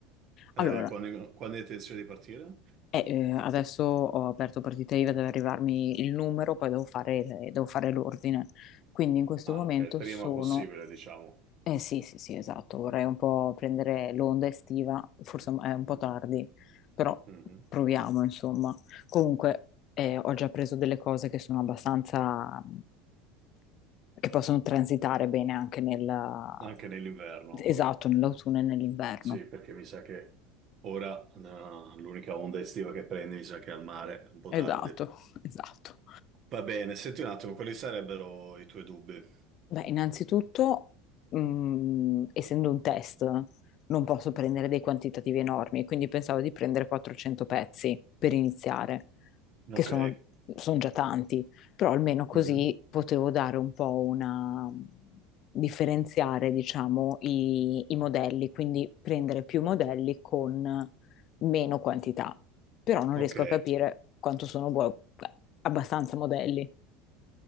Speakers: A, on the right (about 40°); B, on the left (about 45°).
A: Eh,
B: Allora,
A: quando, quando hai intenzione di partire?
B: Eh, eh, adesso ho aperto partita IVA, deve arrivarmi il numero, poi devo fare, eh, devo fare l'ordine. Quindi in questo
A: Ah,
B: momento
A: ok, il prima
B: sono...
A: possibile, diciamo.
B: Eh sì, sì, sì, esatto, vorrei un po' prendere l'onda estiva, forse è un po'
A: Mhm.
B: tardi, però
A: Mhm.
B: proviamo, insomma. Comunque eh, ho già preso delle cose che sono abbastanza... che possono transitare bene anche nella...
A: Anche nell'inverno,
B: esatto, nell'autunno e nell'inverno.
A: sì, perché mi sa che ora no, l'unica onda estiva che prendi mi sa che è al mare, un po'
B: Esatto,
A: tardi.
B: <laughs> esatto.
A: Va bene, senti un attimo, quali sarebbero i tuoi dubbi?
B: Beh, innanzitutto, mm, essendo un test, non posso prendere dei quantitativi enormi, quindi pensavo di prendere 400 pezzi per iniziare, che
A: Ok.
B: sono, sono già tanti, però almeno così
A: Mhm.
B: potevo dare un po' una... differenziare, diciamo, i, i modelli, quindi prendere più modelli con meno quantità. Però non
A: Ok.
B: riesco a capire quanto sono buo- abbastanza modelli.